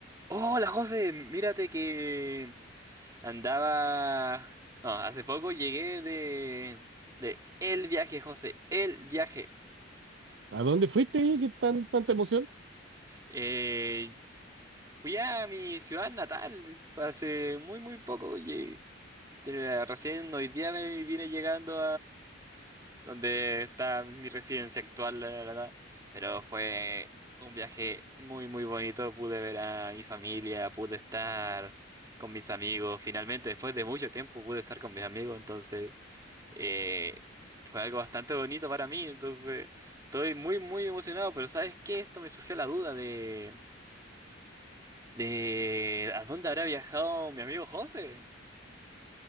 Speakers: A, on the right; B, on the right.
A: Hola José, mírate que andaba... no, hace poco llegué de... de el viaje, José, el viaje.
B: ¿A dónde fuiste? ahí? ¿Qué tan, tanta emoción?
A: Eh, fui a mi ciudad natal, es- hace muy muy poco llegué. Te- Recién hoy día me vine llegando donde está mi residencia actual, la verdad. Pero fue un viaje muy, muy bonito. Pude ver a mi familia, pude estar con mis amigos. Finalmente, después de mucho tiempo, pude estar con mis amigos. Entonces, eh, fue algo bastante bonito para mí. Entonces, estoy muy, muy emocionado. Pero ¿sabes qué? Esto me surgió la duda de, de ¿a dónde habrá viajado mi amigo José?